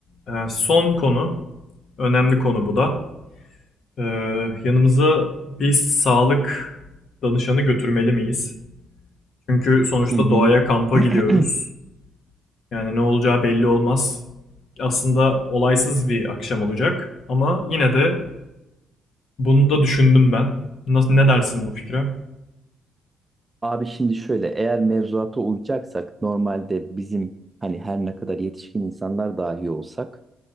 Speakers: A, on the left; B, on the right.
A: eee, son konu, önemli konu bu da. Eee, yanımıza bir sağlık danışanı götürmeli miyiz? Çünkü sonuçta
B: hı. hı.
A: doğaya kampa
B: <clears throat>
A: gidiyoruz. Yani ne olacağı belli olmaz. Aslında olaysız bir akşam olacak ama yine de Bunu da düşündüm ben. Nasıl, ne dersin bu fikre?
B: Abi şimdi şöyle eğer mevzuata uyacaksak normalde bizim hani her ne kadar yetişkin insanlar dahi olsak